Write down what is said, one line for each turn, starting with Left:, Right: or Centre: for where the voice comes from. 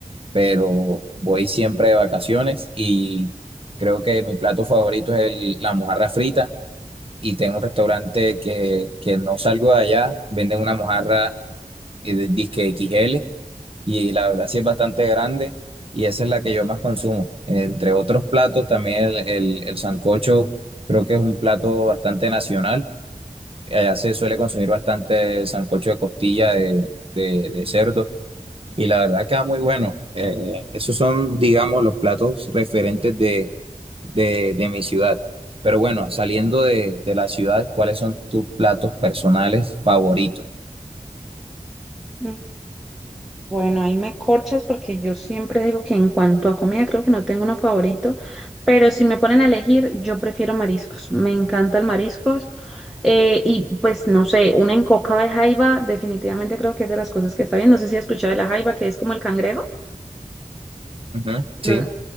Right: pero voy siempre de vacaciones y creo que mi plato favorito es el- la mojarra frita y tengo un restaurante que, que no salgo de allá, venden una mojarra eh, de disque X L y la verdad sí es bastante grande y esa es la que yo más consumo. Entre otros platos, también el, el, el sancocho creo que es un plato bastante nacional. Allá se suele consumir bastante sancocho de costilla de, de, de cerdo y la verdad queda muy bueno. Eh, esos son, digamos, los platos referentes de, de, de mi ciudad. Pero bueno, saliendo de, de la ciudad, ¿cuáles son tus platos personales favoritos?
Centre: Mm, Bueno, ahí me corchas porque yo siempre digo que en cuanto a comida creo que no tengo uno favorito, pero si me ponen a elegir, yo prefiero mariscos. Me encantan mariscos. Eh, y pues no sé, una encoca de jaiba, definitivamente creo que es de las cosas que está bien. No sé si has escuchado de la jaiba, que es como el cangrejo.
Right: Ujú, sí.
Centre: No,